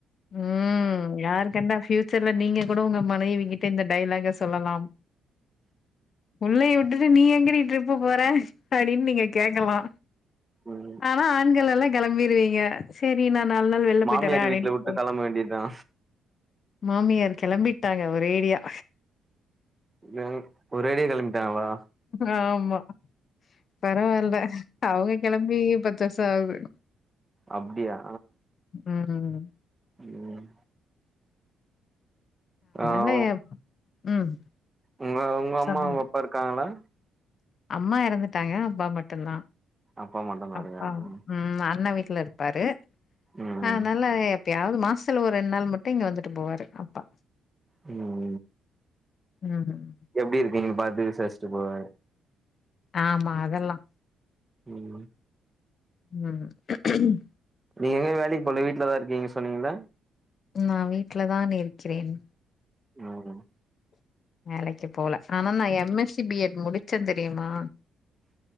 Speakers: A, on the left; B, on the right.
A: ம் யாரு கண்டா ஃபியூச்சர்ல நீங்க கூட உங்க மனைவி கிட்ட இந்த டயலாக சொல்லலாம் புள்ளய விட்டுட்டு நீ எங்கடி ட்ரிப்பு போறே அப்பிடின்னு நீங்க கேக்கலா
B: ம்
A: ஆனா ஆண்கள் எல்லா கெளம்பிருவீங்க சரி நா நாலு நாள் வெள்ல
B: மாமியார்
A: பொய்ட்டு வர்றே
B: வீட்ல
A: அப்பிடின்னு
B: விட்டு கெளம்ப வேண்டியதா
A: மாமியார் கெளம்பிட்டாங்க ஒரேடியா
B: எங் ஒரேடியா கெளம்பிட்டாங்ளா
A: ஆமா பரவால்ல அவுங்க கெளம்பி பத்து வர்ஷோ ஆகுது
B: அப்டியா
A: ம் ம்
B: ம் ஆ
A: இல்லயே ம்
B: உங்க உங்க அம்மா
A: சொல்லுங்க.
B: உங்க அப்பா இருக்காங்ளா
A: அம்மா இறந்துட்டாங்க அப்பா மட்டு தா
B: அப்பா மட்டுந்தா
A: அப்பா
B: இருக்காங்க
A: ம் அண்ண வீட்ல இருப்பாரு
B: ம்
A: அதனால எப்பயாவது மாசத்துல ஒரு ரெண்டு நாள் மட்டு இங்க வந்துட்டு போவாரு அப்பா
B: ம்
A: ம்
B: எப்டி இருக்கீங்கனு பாத்து விசாரிச்சுட்டு போவாரு
A: ஆமா அதல்லா
B: ம்
A: ம்
B: நீங்க எங்கயு வேலைக்கு போல வீட்லதா இருக்கீங்க சொன்னீங்ள
A: நா வீட்ல தான் இருக்கிறேன்
B: ஆமா
A: வேலைக்கி போல ஆனா நா M S C B Ed முடிச்ச தெரியுமா